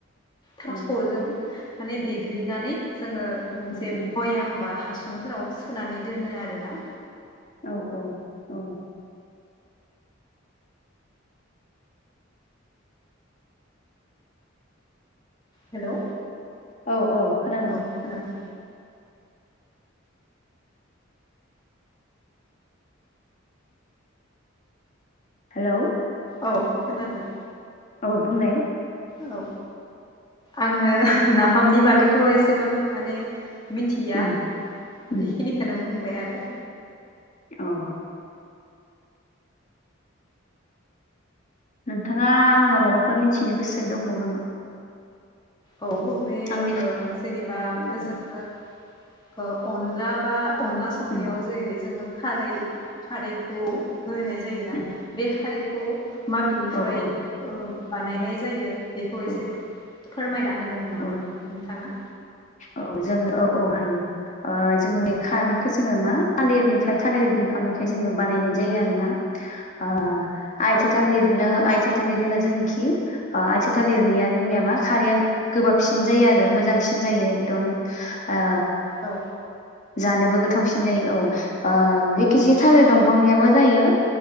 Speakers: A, on the left; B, on the left.
A: थास'जों
B: औ
A: माने देग्लिनानै जोङो मोनसे
B: उम उम
A: पयाम बा हासुंफोराव सोनानै दोनो आरो ना
B: औ औ औ
A: हेलौ
B: औ औ खोनादों
A: औ खोनादों
B: हेलौ
A: औ खोनादों
B: औ बुंलाय
A: औ आङो नाफामनि बागैथ' एसेबां माने मिथिया
B: उम उम
A: बेखिनिखौनो बुंबाय आरो
B: औ नोंथाङा आंनाव माबाफोर मिथिनो गोसो दंबावो नामा
A: औ बे
B: आंनि
A: ओ जेनेबा जोङो अनला बा अनला संनायाव
B: उम
A: जेरै जोङो खारै खारैखौ होनाय जायोना
B: उम
A: बे खारैखौ माबेनिफ्राय
B: औ औ
A: ओ बानायनाय जायो बेखौ
B: औ
A: एसे फोरमायना होगोन नामा
B: औ
A: नोंथाङा
B: औ जोङो औ औ हायो ओ जोङो बे खारैखौ जोङो मा थालिरनिफ्राय थालिर बिफांनिफ्राय जोङो बानायनाय जायो आरो ना ओ आइथिया
A: औ
B: थालिरनि आइथिया थालिर होनो जोंनिखि ओ आयथि थालिरनाया जोंनिया मा खारैया गोबाबसिन जायो आरो मोजांसिन जायो एकदम ओ
A: औ
B: जानोबो गोथावसिन जायो औ ओ जेखिजाया थालिर दंफांनियाबो जायो